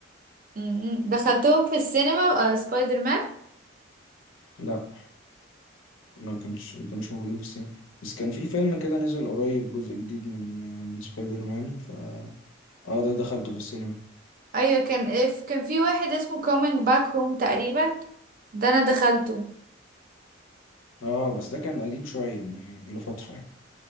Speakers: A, on the right (about 45°); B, on the left (about 80°).
A: م- م. دخلتهم في السينما آه، سبايدر مان
B: لا ما كانش ما كانش موجودين في السينما بس كان في فيلم كده نزل قريب جزء جديد من من سبايدر مان ف اه ده دخلته في السينما
A: ايوه كان اف كان في واحد اسمه كومينج باك هوم تقريبا ده انا دخلته
B: اه بس ده كان قديم شوية يعني بقاله فترة يعني